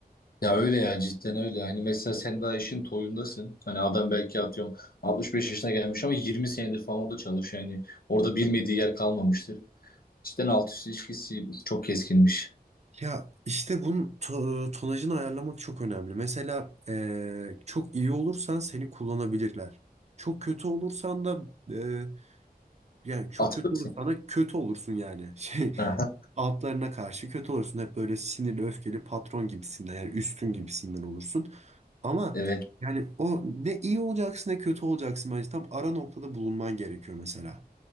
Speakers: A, on the left (about 65°); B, on the right (about 45°).
A: Ya öyle ya cidden öyle. Hani mesela sen daha işin toyundasın. Hani adam belki atıyorum 65 yaşına gelmiş ama 20 senedir falan orada çalışıyor. Yani orada bilmediği yer kalmamıştır. Cidden alt üst ilişkisi çok keskinmiş.
B: Ya işte bunun to- e, tonajını ayarlamak çok önemli. Mesela e, çok iyi olursan seni kullanabilirler. Çok kötü olursan da e, Yani çok
A: Atılırsın.
B: kötü olur. Sana kötü olursun yani. <laughs> Şey
A: Aha.
B: altlarına karşı kötü olursun. Hep böyle sinirli, öfkeli patron gibisinden yani üstün gibisinden olursun. Ama
A: Evet.
B: yani o ne iyi olacaksın ne kötü olacaksın bence tam ara noktada bulunman gerekiyor mesela.